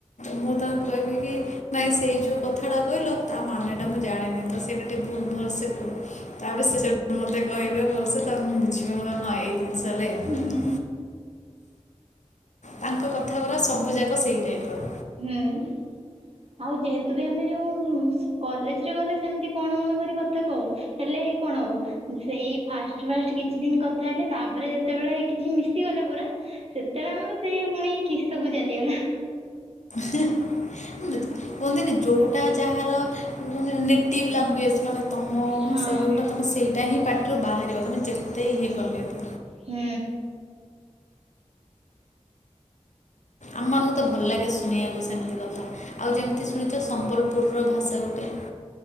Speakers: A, on the left (about 85°); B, on the right (about 55°).
A: ମୁଁ ତାଙ୍କୁ କହିବି କି ନାଇଁ ସେଇ ଯୋଉ କଥାଟା କହିଲ ତା ମାନେ ଟା ମୁଁ ଜାଣିନି ତ ସେଇଟା ଶୁବୁନି ଭଲସେ କୁହ। ତାପରେ ସେ ସେଇଠୁ ମତେ କହିବେ ଭଲସେ ତାପରେ ମୁଁ ବୁଝିବା ଭଳିଆ ଏଇ ଜିନିଷ ହେଲେ ଏମିତି।
B: ହୁଁ
A: ତାଙ୍କ କଥା ଗୁରା ସବୁଯାକ ସେଇ ଟାଇପ୍ ର।
B: ହୁଁ। ଆଉ ଯେହେତୁ ବି ଆମେ ଯୋଉ କଲେଜରେ ଗଲେ ସେମିତି କଣ କଣ କରି ଭାତ ଖାଉ। ହେଲେ କଣ ହବ ସେଇ ଫାଷ୍ଟ ଫାଷ୍ଟ କିଛି ଦିନ କଥା ହେଲେ ତାପରେ ଯେତେବେଳେ କିଛି ମିଶିଗଲେ ପୁରା ସେତେବେଳେ ଆମର ସେଇ ଫୁଣି କିସ୍ କୁ ଚାଲିଗଲା।
A: କୁହନ୍ତିନି ଯୋଉଟା ଯାହାର କି ମୁଁ ଜାଣିନି ଟିନ୍ ଲାଙ୍ଗୁଏଜ୍ଜ୍ ମାନେ ତୁମ
B: ହଁ।
A: ଭାଷା ଯେଉଁଟା ତୁମେ ସେଇଟା ହିଁ ପାଟିରୁ ବାହାରିବ ତୁମେ ଯେତେ ଇଏ କଲେ ବି।
B: ହୁଁ।
A: ଆମ ମାନକୁ ତ ଭଲ ଲାଗେ ଶୁଣିବାକୁ ସେମିତି କଥା। ଆଉ ଯେମିତି ଶୁଣିଛ ସମ୍ବଲପୁରର ଭାଷା ଗୋଟେ।